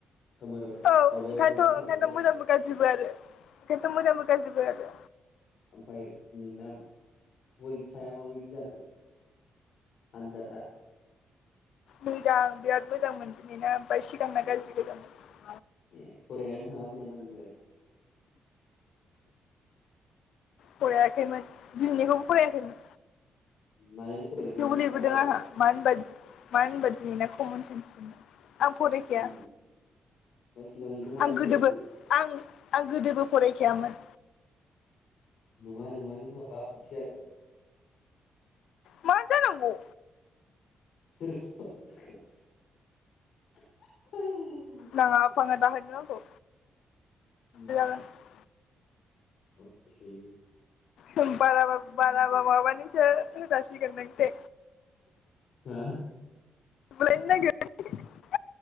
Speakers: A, on the left; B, on the left.
A: सोमोराव
B: औ ओंखायनोथ'
A: माबायावहाय मा होनांगौ
B: ओंखायनोथ'
A: दाख
B: मोजांबो गाज्रिबो आरो ओंखायनोथ' मोजांबो गाज्रिबो आरो
A: ओमफ्राय नोंना परिखाया माबायदि जाखो आनजादा
B: मोजां बिराद मोजांमोन दिनैना ओमफ्राय सिगांना गाज्रि गोजामोन
A: ए फरायनानै थाङाखै नामा नोंलाय <inaudible>
B: फरायाखैमोन दिनैनिखौबो फरायाखैमोन
A: मानो फरायाखै
B: थेवबो
A: नों
B: लिरबोदों
A: मा जादों
B: आंहा मान बादि मान बा दिनैना <unintelligible> आं फरायखाया
A: ओमफ्राय सिगांनिखौ मानो
B: आं गोदोबो
A: फरायाखै
B: आं आं गोदोबो फरायख थियामोन
A: नङा नङा माबा मोनसे जादों
B: मा जानांगौ
A: <unintelligible> <unintelligible>
B: नाङा फाङा दाहोनो आंखौ
A: उम
B: जागोन
A: अखे
B: होम बाराबा बाराबा माबानिसो होजासिगोन नों दे
A: हो
B: <unintelligible>